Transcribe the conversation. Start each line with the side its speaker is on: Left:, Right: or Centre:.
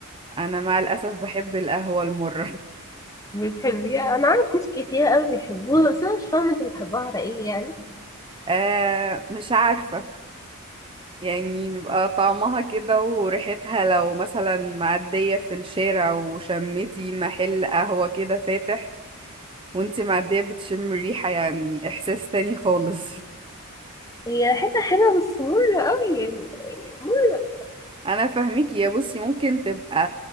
Right: انا مع الاسف بحب القهوة المرة
Left: بتحبيها انا عارف ناس كتير قوي بيحبوها بس انا مش فاهمه انت بتحبوها على ايه يعني
Right: <laughs> آه مش عارفة يعني بيبقى طعمها كده وريحتها لو مثلا معدية في الشارع وشمتي محل قهوة كده فاتح وانتي معدية بتشم ريحة يعني احساس تاني خالص
Left: هي ريحتها حلوه بس مره قوي يعني يعني مره
Right: انا فاهميكي يا بصي ممكن تبقى